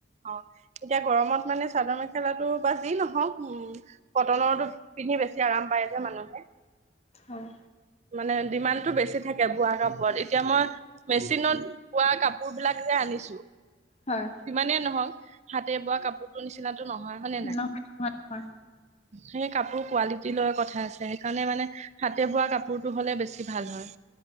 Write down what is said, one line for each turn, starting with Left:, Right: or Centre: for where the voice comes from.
Right: অঁ এতিয়া গৰমত মানে চাদৰ মেখেলাটো বা যি নহওক উ কটনৰটো পিন্ধি বেছি আৰাম পায় যে মানুহে।
Left: হয়।
Right: মানে ডিমানটো বেছি থাকে বোৱা কাপোৰত এতিয়া মই, মেচিনত বোৱা কাপোৰবিলাক যে আনিছো
Left: হয়
Right: সিমানেই নহওক। হাতে বোৱা কাপোৰটো নিচিনা ত টো নহয় হয়নে নাই?
Left: নহয় নহয় নহয়
Right: সেই কাপোৰ কোৱালিটি লৈ কথা আছে, সেইকাৰণে মানে হাতে বোৱা কাপোৰটো টো হ'লে বেছি ভাল হয়।